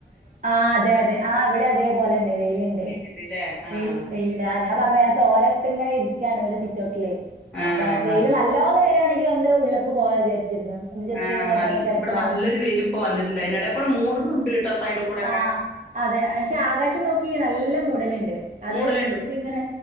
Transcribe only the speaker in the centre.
വീട്ടിണ്ട്ല്ലേ ആഹ്
ആഹ്
ആഹ്
നല്ല
ഇവിടെ നല്ലൊരു വെയില് പ്പോ വന്നിട്ടുണ്ട് അയിനടെ കൂടെ മൂട്ണും ഇണ്ട് സൈഡ് കൂടെക്കെ
മൂടലുണ്ട്